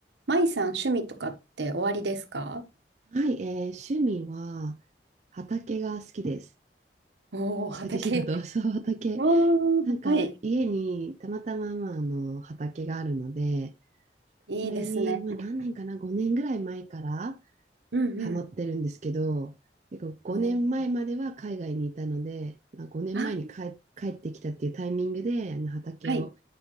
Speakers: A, on the right (about 80°); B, on the right (about 40°).
A: 舞さん、趣味とかっておありですか
B: はい、えー趣味は畑が好きです。
A: おおー、畑。
B: 畑仕事、<laughs> そう、畑。
A: おー、
B: なんか家にたまたま、
A: はい。
B: まあ、あの畑があるので、
A: いいですね。
B: それに、まあ、何年かな、5年ぐらい前から
A: うんう
B: ハマってるんですけど、結構5年前まえまでは海外にいたので、
A: ん。おー
B: まあ、5年前に帰、
A: あ、
B: 帰ってきたっていうタイミングであの畑を
A: はい。